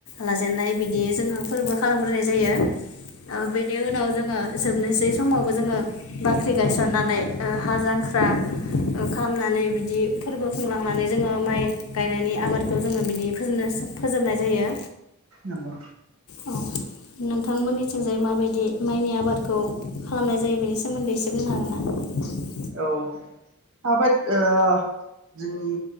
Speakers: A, on the left; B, on the right.
A: लाजेननाय बिदि जोङो फोरबो खालामग्रोनाय जायो। ओ बेनि उनाव जोङो जोबनोसै समावबो जोङो बाख्रि गायसननानै ओ हाल जांख्रा ओ खालामनानै बिदि फोरबो खुंलांनानै जोङो माइ गायनायनि आबादखौ जोङो बिदि फोजोबनो फोजोबनाय जायो।
B: नंगौ
A: औ नोंथांमोननिथिंजाय माबायदि माइनि आबादखौ खालामनाय जायो बेनि सोमोन्दै एसे बुंनो हागोन ना?
B: औ आबाद ओ जोंनि